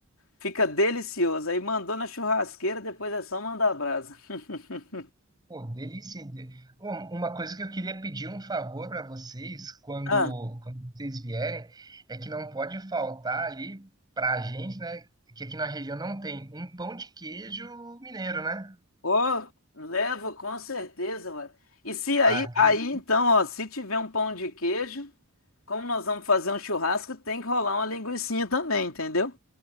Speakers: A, on the left; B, on the right.
A: fica delicioso. Aí mandou na churrasqueira, depois é só mandar a brasa. <laughs>
B: Pô, delícia. de- Bom, Uma coisa que eu queria pedir um favor para vocês quando,
A: Ah.
B: quando vocês vierem é que não pode faltar ali para a gente, né? Que aqui na região não tem um pão de queijo mineiro, né?
A: Ô, levo com certeza, ué. E se aí,
B: Aqui,
A: aí então, ó, se tiver um pão de queijo, como nós vamos fazer um churrasco, tem que rolar uma linguicinha também, entendeu?